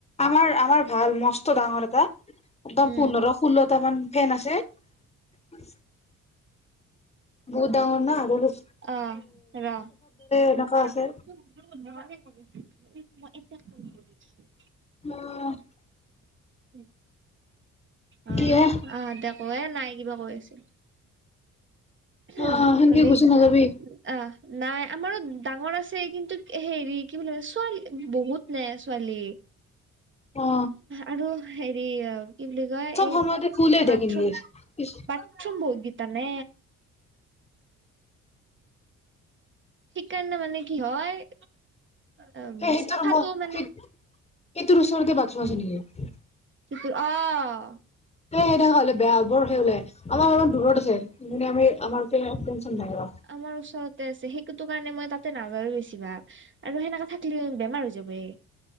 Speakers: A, on the left; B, on the right.
A: আমাৰ আমাৰ ভাল মস ডাঙৰ এটা একদম
B: উম
A: পুনৰ ফুল কটামান ফেন আছে ব বূদঙ ন হ <unintelligible>
B: আহ ৰা
A: এনেকা
B: মই
A: আছে
B: এটা ফোন কৰিছো
A: অ
B: উম অ
A: কিহে
B: অ দেখো এে নাই কিবা কৈ আছিল উম
A: অ সেনকে
B: হি
A: গুচি নাযাবি
B: অ নাই আমাৰো ডাঙৰ আছে কিন্তু হেৰি কি বুলি ছোৱালী বহুত নে ছোৱালী
A: অ
B: আৰু হেৰি আ কি বুলি কয়
A: চব
B: এই
A: সময়তে ফুলে
B: বাথৰুম
A: থাকে নেকি সেই
B: বাথৰুম বহ গীত তানে সেইকাৰণে মানে কি হয় উম
A: স সেইটোৰ
B: চাফাটো
A: ৰুমত
B: মানে
A: সেই সেইটোৰ ওচৰতে বাথ ৰুম আছে নি
B: চ আহ
A: স সেনেুৱা হলে বেয়া বৰ সেই বোলে আমাৰ ইমান দূৰত আছে সে আমি আমাৰ নাই অ
B: আমাৰ ওচৰত আছে সেইো কাৰণে মই তাতে নাযায়েই বেছি ভাগ আৰু সেনেককা থাকিলে বেমাৰ হৈ যাবই